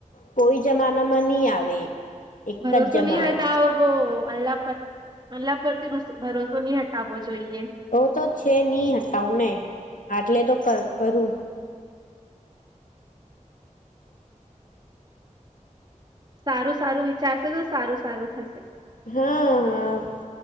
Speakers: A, on the left; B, on the right.
A: કોઈ જમાના માં નહી આવે- એક
B: ભરોસો
A: જ જમા
B: નહી, હોય તો આવ બ અલ્લાહ પર અલ્લાહ પરથી ભરોસો નહી હટાવવો જોઈએ
A: ઓ તો છે, નહી હતા હું ને આટલે તો કરું
B: સારું સારું વિચારશે તો સારું સારું થશે
A: હા, હા